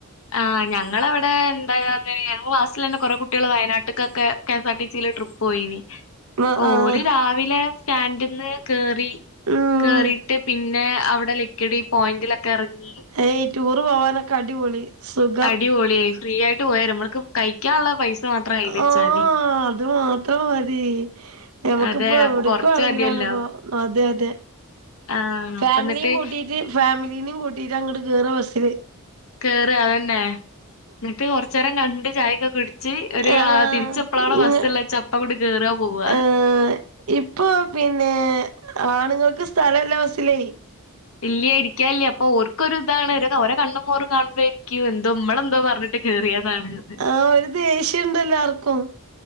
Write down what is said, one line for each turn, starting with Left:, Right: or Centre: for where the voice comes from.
Left: ആഹ് ഞങ്ങളവിടെ ന്താ <unintelligible> ഞങ്ങ ക്ലാസിലെന്നെ കൊറെ കുട്ട്യള് വയനാട്ട്ക്കൊക്കെ. കെ സാർ ടി സി യില് ട്രിപ്പോയിനി.
Right: ആഹ്
Left: ഓര്
Right: ആഹ്
Left: രാവിലെ സ്റ്റാൻഡ്ന്ന് കേറി
Right: ഉം
Left: കേറി ട്ട് പിന്നെ അവിടെ ലിക്കിടി പോയിന്റിലൊക്കെ എർങ്ങി.
Right: ഹേയ് റ്റൂറ് പോവാനൊക്കെ അടിപൊളി. സുഖം.
Left: അടിപൊളിയായി ഫ്രീയായിട്ട് പോയര മ്മൾക്ക് കഴിക്ക്യാള്ള പൈസ മാത്ര കൈയിലെച്ചാതി.
Right: ആഹ് അത് മാത്രം മതി ഞമക്കിപ്പ
Left: അതെ അപ്പൊ
Right: എവിട്ക്കുവാണെങ്കിലാണ്
Left: കൊറച്ച് മതിയല്ലോ
Right: പോ അതെ അതെ
Left: ആ
Right: ഫാമിലിം
Left: അപ്പ എന്നിട്ട്
Right: കൂട്ടി. ജ് ഫാമിലീനിം കൂട്ടിട്ടങ്ങട്ട് കേറ ബസ്സില്.
Left: കേറ അതന്നെ ന്നിട്ട് കൊർച്ചേരം കണ്ട് ചായെക്കെ കുട് ച്ച് ഒരു
Right: ആഹ്
Left: ആ തിരിച്ചെപ്പളാണോ
Right: ഇങ്ങ്
Left: ബസ്സ്ള്ളച്ച അപ്പങ്ങോട്ട് കേറ പോവ്വ.
Right: ഏഹ് ഇപ്പൊ പിന്നേ ആണുങ്ങൾക്ക് സ്ഥലല്ല ബസ്സിലേ.
Left: ഇല്ല്യ ഇരിക്ക്യാല്ല്യ അപ്പോര്ക്കൊരുതാണ് രെ ഓരെ കണ്ണു മ്മോറും കാണുമ്പഴേക്ക്യ്. യൊ എന്തോ മ്മളെന്തോ പർഞ്ഞിട്ട് കേറിയതാണ് ന്ന്.
Right: ആഹ് ഒരു ദേഷ്യണ്ട് എല്ലാർക്കും.